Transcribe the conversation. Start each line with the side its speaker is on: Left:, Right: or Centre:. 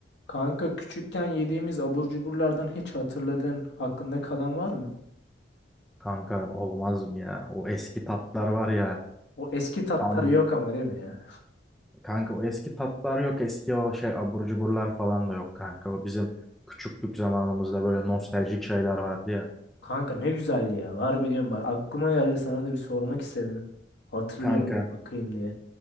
Left: Kanka küçükken yediğimiz abur cuburlardan hiç hatırladığın aklında kalan var mı?
Centre: Kanka olmaz mı ya? O eski tatlar var ya.
Left: O eski tatlar
Centre: Tam
Left: yok ama değil mi ya?
Centre: kanka o eski tatlar yok. Eski o şey abur cuburlar falan da yok kanka. O bizim küçüklük zamanımızda böyle nostaljik şeyler vardı ya.
Left: Kanka ne güzeldi ya. Var biliyorum bak aklıma geldi sana da bir sormak istedim. Hatırlıyor
Centre: Kanka
Left: mu bakayım diye.